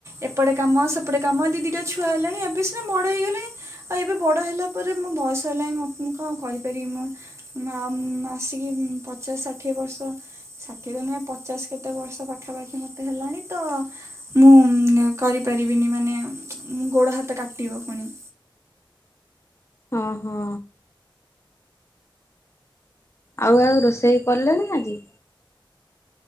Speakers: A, on the right; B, on the left.
A: ଏପଟେ କାମ ସେପଟେ କାମ ଦି ଦି ଦିଇଟା ଛୁଆ ହେଲେଣି ଏବେ ସିନା ବଡ଼ ହେଇଗଲେଣି। ଆଉ ଏବେ ବଡ ହେଲା ପରେ ମୋ ବୟସ ହେଲାଣି ମୁଁ କଣ କରିପାରିବି ମ। ଆମ୍ ଆସିକି ପଚାଶ ଷାଠିଏ ବର୍ଷ ଷାଠିଏ ନୁହେଁ ପଚାଶ କେତେ କେତେ ବର୍ଷ ପାଖାପାଖି ମୋତେ ହେଲାଣି ତ ମୁଁ କରିପାରିବିନି ମାନେ ଗୋଡ଼ ହାତ କାଟିବ ପୁଣି।
B: ହଁ ହଁ ଆଉ ଆଉ ରୋଷେଇ କଲେ ନା ଆଜି?